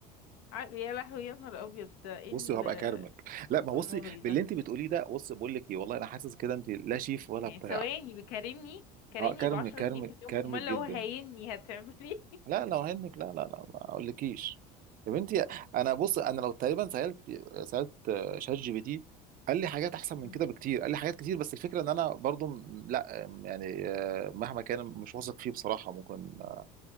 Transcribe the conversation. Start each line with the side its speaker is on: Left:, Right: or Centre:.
Left: ع- يا لهوي يا نهار ابيض ده ايه
Right: بصي
Left: المرتب
Right: وهبقى اكرمك لا ما بصي
Left: المغري ده
Right: باللي انت بتقوليه ده بصي بقول لك ايه والله انا حاسس كده انت لا شيف ولا
Left: يعني
Right: بتاع
Left: ثواني بكارمني كارمني
Right: اه كرم
Left: بعشرة
Right: كرم
Left: جنيه في اليوم
Right: كرمك
Left: امال
Right: جدا
Left: لو هيني هتعملي
Right: لا لو هنك لا لا لا ما اقولكيش يا بنتي انا بص انا لو تقريبا سالت سالت آه، شات جي بي تي قال لي حاجات احسن من
Left: <laughs> مم.
Right: كده بكتير قال لي حاجات كتير بس الفكره ان انا برضو م- لا آم، يعني آه، مهما كان مش واثق فيه بصراحه ممكن آه،